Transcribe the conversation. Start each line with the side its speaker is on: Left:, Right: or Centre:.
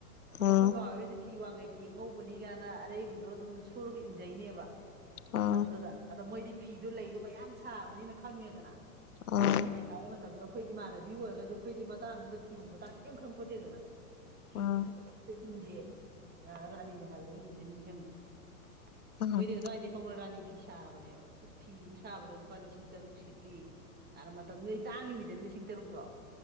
Right: ꯑꯗꯨꯣ
Left: ꯎꯝ
Right: ꯑꯩꯈꯣꯏ ꯃꯥꯈꯩꯒꯁꯤ ꯐꯤ ꯋꯥꯡꯈꯩ ꯐꯤ ꯑꯉꯧꯕꯅꯤ ꯒꯥꯏꯅ ꯑꯔꯩꯕꯗꯣ ꯑꯗꯨꯝ ꯁꯨꯔꯒ ꯏꯟꯖꯩꯅꯦꯕ
Left: ꯎꯝ
Right: ꯃꯇꯝꯗꯨꯗ ꯑꯗ ꯃꯣꯏꯗꯤ ꯐꯤꯗꯣ ꯂꯩꯗꯣ ꯃꯌꯥꯝ ꯁꯥꯕꯅꯤꯅ ꯈꯪꯉꯦꯗꯅ
Left: ꯎꯝ
Right: ꯔꯥꯅꯤꯅꯦ ꯍꯥꯅꯩ ꯃꯇꯝꯗ ꯑꯩꯈꯣꯏ ꯏꯃꯥꯟꯅꯕꯤ ꯑꯣꯏꯔꯒꯁꯨ ꯑꯩꯈꯣꯏꯗꯤ ꯃꯇꯥꯡꯗꯨꯗ ꯐꯤ ꯃꯇꯥꯡꯗ ꯀꯩꯝ ꯈꯪꯄꯣꯠꯇꯦꯗꯅ ꯐꯤꯁꯦ
Left: ꯎꯝ
Right: ꯐꯖꯕ ꯑꯝꯇ ꯏꯟꯗꯦ ꯑ ꯔꯥꯅꯤꯅꯦ ꯍꯥꯏꯕꯗꯣ ꯍꯣꯖꯤꯛꯇ ꯅꯤꯡꯁꯤꯡꯉꯛꯑꯦ
Left: ꯎꯝ
Right: ꯃꯣꯏꯗꯤ ꯑꯗꯨ꯭ꯋꯥꯏꯗꯩ ꯍꯧꯅ ꯔꯥꯅꯤ ꯐꯤ ꯁꯥꯕꯅꯦꯕ ꯑꯁ ꯐꯤ ꯑꯃ ꯁꯥꯕꯗꯣ ꯂꯨꯄꯥ ꯂꯤꯁꯤꯡ ꯇꯔꯨꯛ ꯁꯤꯠꯂꯤ ꯑꯅ ꯃꯇꯝꯗꯨꯗꯅꯩꯗ ꯇꯥꯡꯉꯤꯃꯤꯗꯅ ꯂꯤꯁꯤꯡ ꯇꯔꯨꯛꯇꯣ